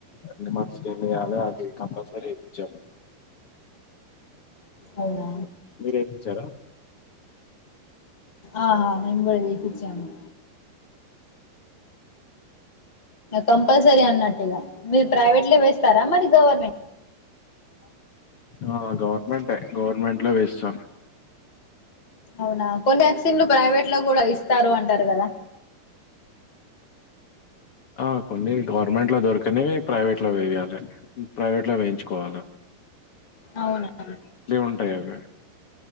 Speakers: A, on the left (about 60°); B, on the left (about 85°).
A: ఎన్ని మంత్స్ కి ఎన్నిఎయ్యాలే అది కంపల్సరీ ఇప్పిచ్చాము.
B: అవునా
A: మీరేపిచ్చారా.
B: ఆహా మేము కూడా వేపిచ్చాము. కంపల్సరీ అన్నట్టుగా. మీరు ప్రైవేట్ల వేస్తారా మరి గవర్నమెంట్
A: ఆ గవర్నమెంటే గవర్నమెంట్ లో వేస్తాం.
B: అవునా కొన్ని వ్యాక్సిన్లు ప్రైవేట్. ట్లో గూడా ఇస్తారు అంటారు గదా.
A: ఆ కొన్ని గవర్నమెంట్ లో దొరకనివి ప్రైవేట్ లో వేయ్యాలె. ప్రైవేట్లో వేయించుకోవాల.
B: అవునవును
A: ఉంటాయి అవి